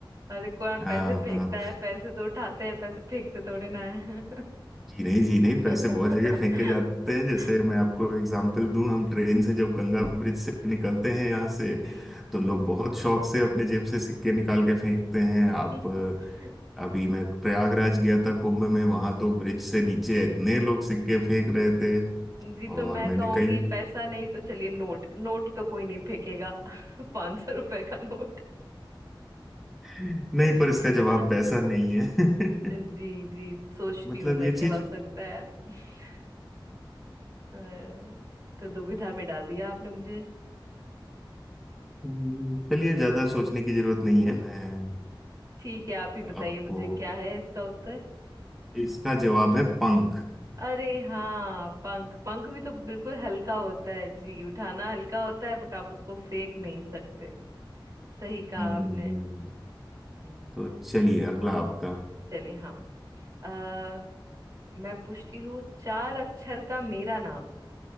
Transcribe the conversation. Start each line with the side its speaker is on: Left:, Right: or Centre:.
Right: अरे कौन
Centre: हाँ,
Right: पैसे फेंकता
Centre: हाँ।
Right: है पैसे तो उठाते हैं पैसे फेंकते थोड़े ना है
Centre: जी नहीं जी नहीं पैसे
Right: <laughs>
Centre: बहुत जगह फेंके जाते हैं जैसे मैं आपको एग्जांपल दूं हम ट्रेन से जब गंगा ब्रिज से निकलते हैं यहाँ से
Right: जी
Centre: तो लोग बहुत शौक से अपने जेब से सिक्के निकाल के फेंकते हैं आप
Right: <laughs>
Centre: अभी मैं प्रयागराज गया था कुंभ में वहां तो ब्रिज से नीचे इतने लोग सिक्के फेंक रहे थे
Right: जी तो
Centre: और
Right: मैं
Centre: मैंने
Right: कहूंगी
Centre: कई
Right: पैसा नहीं तो चलिए नोट नोट तो कोई नहीं फेंकेगा <laughs> पांच सौ रुपए का नोट
Centre: नहीं
Right: <laughs>
Centre: पर इसका जवाब पैसा नहीं है
Right: जी
Centre: <laughs>
Right: जी सोचती
Centre: मतलब
Right: हूँ मैं
Centre: ये
Right: क्या
Centre: चीज
Right: हो सकता है <laughs> अ, तो दुविधा में डाल दिया आपने मुझे
Centre: हम्म, चलिए ज्यादा सोचने की जरूरत नहीं है मैं
Right: ठीक है आप ही बताइए
Centre: आपको
Right: मुझे क्या है इसका उत्तर
Centre: इसका जवाब है पंख
Right: अरे हाँ पंख पंख भी तो बिल्कुल हल्का होता है जी उठाना हल्का होता है बट आप उसको फेंक नहीं सकते सही कहा
Centre: हम्म
Right: आपने
Centre: हम्म
Right: हम्म
Centre: तो चलिए अगला आपका
Right: चलिए हाँ आ, मैं पूछती हूँ चार अक्षर का मेरा नाम